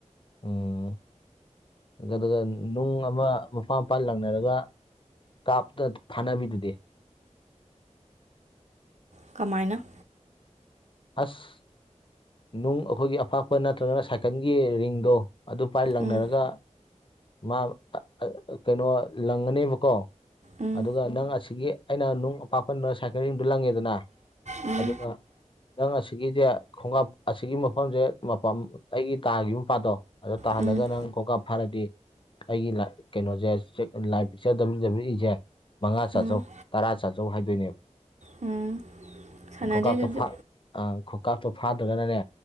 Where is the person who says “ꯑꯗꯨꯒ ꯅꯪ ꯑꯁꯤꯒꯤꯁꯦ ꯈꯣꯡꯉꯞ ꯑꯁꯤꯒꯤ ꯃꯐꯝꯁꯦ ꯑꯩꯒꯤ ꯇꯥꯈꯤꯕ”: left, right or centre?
Left